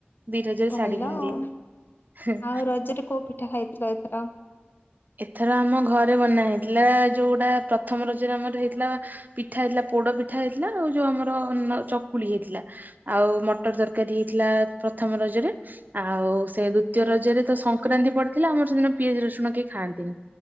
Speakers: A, on the right; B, on the left.
A: ଦିଟା ଯଉ
B: ଭଲ
A: ଶାଢ଼ୀ ପିନ୍ଧି
B: ଆଉ।
A: ଦେଇ। ହେଁ
B: ଆଉ ରଜରେ କୋଉ ପିଠା ଖାଇଥିଲ ଏଥର? କୋ
A: ଏଥର ଆମ ଘରେ ବନା ହେଇଥିଲା ଯୋଉଟା ପ୍ରଥମ ରଜରେ ଆମର ହେଇଥିଲା ପିଠା ହେଇଥିଲା ପୋଡ ପିଠା ହେଇଥିଲା ଆଉ ଯୋଉ ଆମର ନ ଚକୁଳି ହେଇଥିଲା। ଆଉ ମଟର ତରକାରୀ ହେଇଥିଲା ପ୍ରଥମ ରଜରେ। ଆଉ ସେ ଦ୍ଵିତୀୟ ରଜରେ ତ ସଂକ୍ରାନ୍ତି ପଡିଥିଲା ଆମର ସେଦିନ ପିଆଜ ରସୁଣ କେ ଖାଆନ୍ତିନି